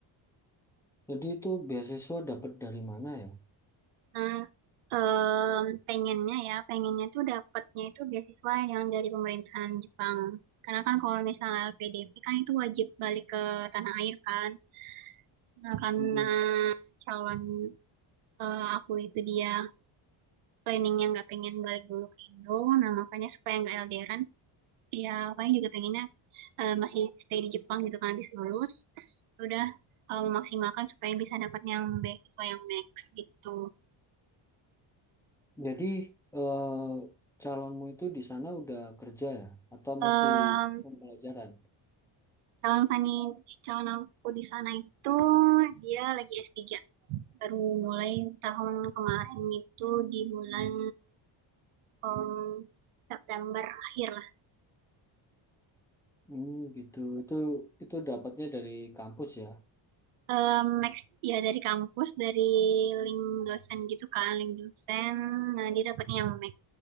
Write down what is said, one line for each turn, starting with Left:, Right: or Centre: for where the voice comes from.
Centre: Jadi itu beasiswa dapat dari mana ya?
Right: Nah, em, pengennya ya, pengennya tuh dapatnya itu beasiswa yang dari pemerintahan Jepang. Karena kan kalau misalnya LPDP kan itu wajib balik ke tanah air kan. Nah, karena
Centre: Mm-mm.
Right: calon eh, aku itu dia planningnya nggak pengen balik dulu ke Indo, nah makanya supaya nggak elderan ya paling juga pengennya eh, masih stay di Jepang gitu kan habis lulus udah eh, memaksimalkan supaya bisa dapat yang beasiswa yang max gitu
Centre: Jadi eh calonmu itu di sana udah kerja ya atau
Right: Em,
Centre: masih pembelajaran?
Right: calon Fani calon aku di sana itu dia lagi s tiga baru mulai tahun kemarin itu di bulan em, September akhir lah
Centre: Hmm, gitu. Itu itu dapatnya dari kampus ya.
Right: Em, Max ya dari kampus dari link dosen gitu kan link dosen nah dia dapatnya yang max